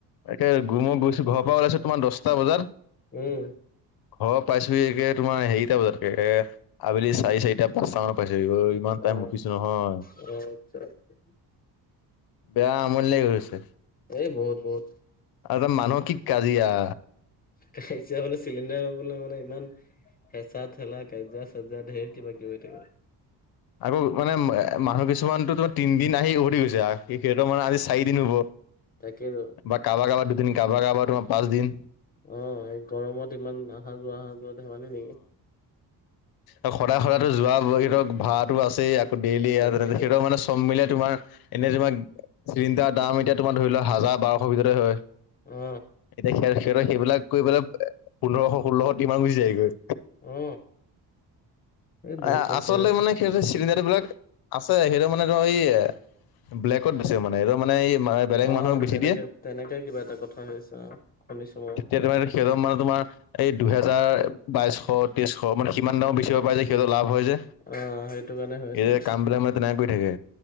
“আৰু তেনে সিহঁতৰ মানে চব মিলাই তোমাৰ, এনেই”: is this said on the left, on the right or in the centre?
Left